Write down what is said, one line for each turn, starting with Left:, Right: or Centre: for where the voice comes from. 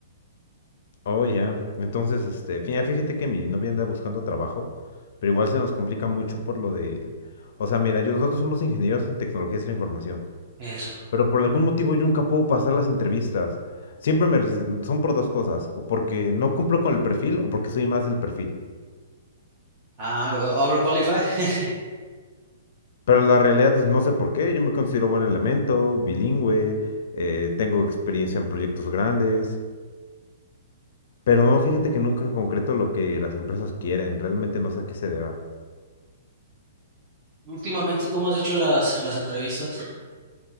Left: Oh, ya. Entonces, este, fí- fíjate que mi novia anda buscando trabajo, pero igual se nos complica mucho por lo del... O sea, mira, yo- nosotros somos ingenieros en tecnologías de la información,
Right: eso.
Left: pero por algún motivo yo nunca puedo pasar las entrevistas. Siempre me... res- son por dos cosas, o porque no cumplo con el perfil o porque soy más del perfil.
Right: Ah, o- overqualified. <laughs>
Left: Pero la realidad es no sé por qué, yo me considero buen elemento, bilingüe, eh, tengo experiencia en proyectos grandes, Pero no, fíjate que nunca concreto lo que las empresas quieren, realmente no sé a qué se deba.
Right: Últimamente, ¿cómo has hecho las, las entrevistas? <laughs>